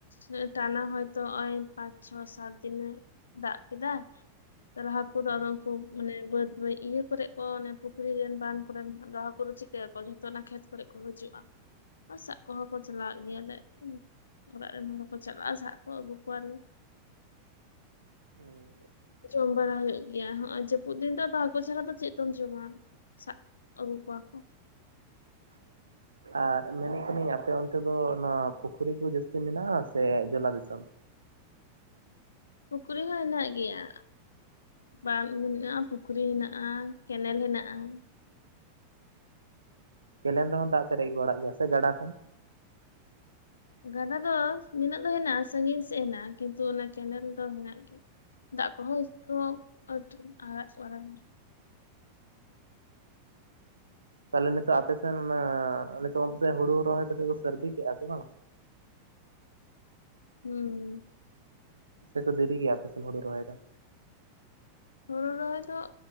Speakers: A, on the left (about 70°); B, on the right (about 75°).
A: ᱱᱮᱜ ᱮ ᱴᱟᱱᱚ ᱦᱚᱭᱛᱚ ᱦᱚᱸᱜ-ᱚᱭ ᱯᱟᱸᱪ ᱪᱷᱚ ᱥᱟᱛ ᱫᱤᱱᱮ ᱫᱟᱜ ᱠᱮᱫᱟ᱾ ᱛᱟᱦᱚᱞᱮ ᱦᱚᱲ ᱛᱤᱱᱟᱹᱜ
B: ᱦᱩᱸ
A: ᱨᱚᱝ ᱠᱩᱵ- ᱢᱟᱱᱮ ᱵᱟᱹᱫ ᱨᱮ ᱤᱭᱟᱹ ᱠᱚᱨᱮᱜ ᱠᱚ ᱚᱱᱮ ᱯᱩᱠᱷᱨᱤ ᱨᱤᱱ ᱵᱟᱱ ᱠᱚᱨᱮᱱ ᱫᱚᱦᱚ ᱠᱚᱫᱚ ᱪᱤᱠᱟᱹ ᱟᱠᱚ ᱡᱷᱚ- ᱫᱚ ᱚᱱᱟ ᱠᱷᱮᱛ ᱠᱚᱨᱮᱜ ᱠᱚ ᱜᱩᱡᱩᱜᱼᱟ᱾ ᱟ ᱥᱟᱵ ᱠᱚᱦᱚᱸ ᱠᱚ ᱪᱟᱞᱟᱜ ᱜᱮᱭᱟ ᱞᱮᱜᱠᱤᱱ ᱚᱲᱟᱜ ᱨᱤᱱ ᱦᱚᱲ ᱠᱚ ᱪᱟᱞᱟᱜᱼᱟ ᱥᱟᱵ ᱠᱚ ᱟᱹᱜᱩ ᱠᱚᱣᱟᱞᱮ᱾
B: ᱦᱩᱸ ᱦᱩᱸ ᱾
A: ᱡᱚᱢ ᱵᱟᱲᱟ ᱦᱳᱭᱳᱜ ᱜᱮᱭᱟ ᱦᱚᱸᱜᱼᱚᱭ ᱡᱮᱵ ᱢᱤᱫ ᱫᱤᱱ ᱫᱚ ᱯᱟᱠ ᱯᱟᱹᱪᱷᱞᱟ ᱫᱚ ᱪᱮᱫ ᱛᱮᱢ ᱡᱚᱢᱟ, ᱥᱟᱜ ᱟᱹᱜᱩ ᱠᱚᱣᱟᱠᱚ᱾ <inaudible>
B: ᱟᱨ ᱢᱮᱱᱮᱫ ᱠᱟᱹᱱᱟᱧ ᱟᱯᱮ ᱚᱸᱛᱮ ᱫᱚ ᱱᱚᱣᱟ ᱯᱩᱠᱷᱩᱨᱤ ᱠᱚ ᱡᱟᱹᱥᱛᱤ ᱢᱮᱱᱟᱜᱼᱟ, ᱥᱮ ᱡᱚᱞᱟ ᱫᱤᱥᱚᱢ?
A: ᱯᱩᱠᱷᱨᱤ ᱦᱚᱸ ᱦᱮᱱᱟᱜ ᱜᱮᱭᱟ᱾ ᱵᱟᱸᱫ ᱢᱮᱱᱟᱜᱼᱟ, ᱯᱩᱠᱷᱨᱤ ᱦᱮᱱᱟᱜᱼᱟ, ᱠᱮᱱᱮᱞ ᱦᱮᱱᱟᱜᱼᱟ,
B: ᱠᱮᱱᱮᱞ ᱨᱮᱦᱚᱸ ᱫᱟᱜ ᱯᱮᱨᱮᱡ ᱵᱟᱲᱟᱜ ᱜᱮᱭᱟ ᱥᱮ ᱜᱟᱰᱟ ᱠᱷᱚᱱ?
A: ᱜᱟᱰᱟ ᱫᱚᱥ ᱢᱮᱱᱟᱜ ᱫᱚ ᱦᱮᱱᱟᱜᱼᱟ, ᱥᱟᱺᱜᱤᱧ ᱥᱮᱫ ᱦᱮᱱᱟᱜᱼᱟ, ᱠᱤᱸᱛᱩ ᱚᱱᱟ ᱠᱮᱱᱮᱞ ᱫᱚ ᱦᱮᱱᱟᱜ ᱜᱮ ᱾ ᱫᱟᱜ ᱠᱚᱦᱚᱸ <inaudible> <inaudible> ᱟᱨᱟᱜ ᱠᱚ ᱟᱨᱟᱝ <inaudible>
B: ᱛᱟᱦᱚᱞᱮ ᱱᱤᱛᱚᱜ ᱟᱯᱮᱥᱮᱱ ᱚᱱᱟ ᱱᱤᱛᱚᱜ ᱢᱟ ᱯᱟᱥᱮ ᱦᱩᱲᱩ ᱨᱚᱦᱚᱭ ᱯᱟᱥᱮ ᱥᱟᱹᱨᱫᱤ ᱠᱮᱜᱼᱟ ᱥᱮ ᱵᱟᱝ?
A: ᱦᱩᱸᱻ᱾
B: ᱥᱮᱠᱚ ᱫᱮᱨᱤ ᱜᱮᱭᱟ ᱟᱯᱮᱥᱮᱱ ᱦᱩᱲᱩ ᱨᱚᱦᱚᱭ ᱫᱚ?
A: ᱦᱩᱲᱩ ᱨᱚᱦᱚᱭ ᱫᱚᱜ